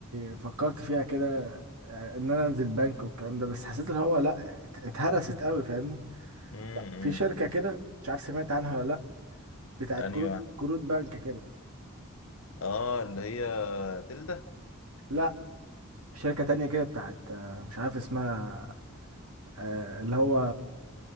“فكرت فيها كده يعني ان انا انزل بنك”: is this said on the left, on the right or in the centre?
Right